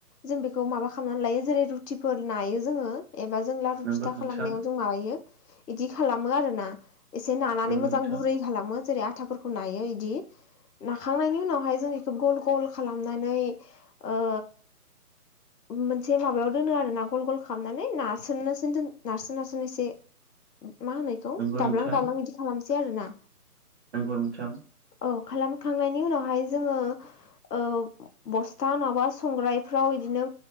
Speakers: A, on the left; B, on the right.
A: जों बेखौ माबा खालामनानै लायो जेरै रुटिफोर नायो जोङो एबा जों
B: नंगौ
A: फिथा
B: नोंथां
A: खालामनायाव जों माबायो बिदि खालामो आरोना एसे नानानै
B: नंगौ
A: मोजां
B: नोंथां
A: गुरै खालामो जेरै आथाफोरखौ नायो इदि नाखांनायनि उनावहाय जों बेखौ गल गल खालामनानै ओ
B: <inaudible>
A: मोनसे माबायाव दोनो आरो ना गल गल खालामनानै नारसोनसोन दोन नारसोन नारसोन एसे मा होननायखौ
B: नंगौ
A: दाब्लां
B: नोंथां
A: दाब्लां बिदि खालामसै आरो ना
B: नंगौ नोंथां
A: औ खालामखांनायनि उनावहाय जोङो बस्था नङाबा संग्रायफ्राव बिदिनो